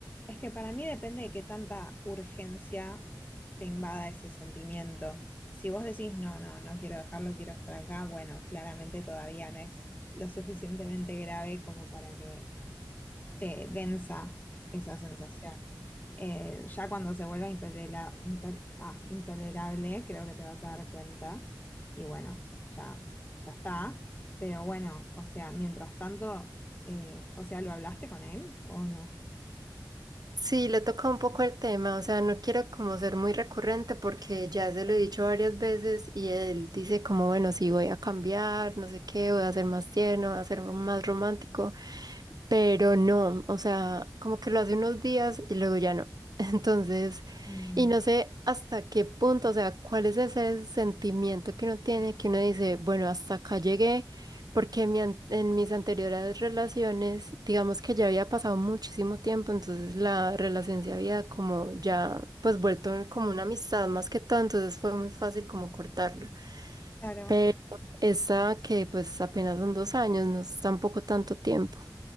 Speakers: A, on the left; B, on the right.
A: Es que para mí depende de qué tanta urgencia te invada ese sentimiento. Si vos decís, no, no, no quiero dejarlo, quiero estar acá, bueno, claramente todavía no es lo suficientemente grave como para que te densa esa sensación. Eh, ya cuando se vuelva intolera- intol- ah, intolerable, creo que te vas a dar cuenta. Y bueno, ya, ya está. Pero bueno, o sea, mientras tanto, eh, o sea, ¿lo hablaste con él o no?
B: Sí, le toca un poco el tema, o sea, no quiero como ser muy recurrente porque ya se lo he dicho varias veces y él dice como, bueno, sí voy a cambiar, no sé qué, voy a ser más tierno, voy a ser más romántico pero no, o sea, como que lo hace unos días y luego ya no. <laughs> Entonces,
A: Mm,
B: y no sé hasta qué punto, o sea, cuál es ese sentimiento que uno tiene, que uno dice, bueno, hasta acá llegué, porque en, mi an- en mis anteriores relaciones, digamos que ya había pasado muchísimo tiempo, entonces la relación se había como ya, pues vuelto como una amistad más que todo, entonces fue muy fácil como cortarlo.
A: Claro,
B: Pero esa que pues apenas son dos años, no es tampoco tanto tiempo.